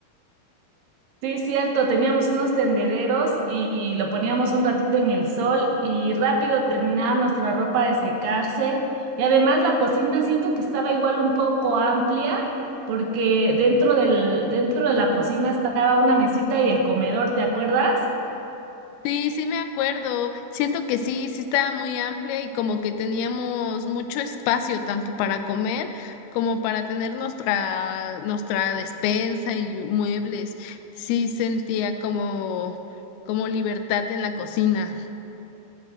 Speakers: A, on the right; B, on the left.
A: Sí, es cierto, teníamos unos tendederos y lo poníamos un ratito en el sol y rápido terminaba nuestra ropa de secarse. Y además la cocina siento que estaba igual un poco amplia porque dentro del, dentro de la cocina estaba una mesita y el comedor, ¿te acuerdas?
B: Sí, sí me acuerdo. Siento que sí, sí estaba muy amplia y como que teníamos mucho espacio tanto para comer como para tener nuestra nuestra despensa y muebles. Sí sentía como como libertad en la cocina.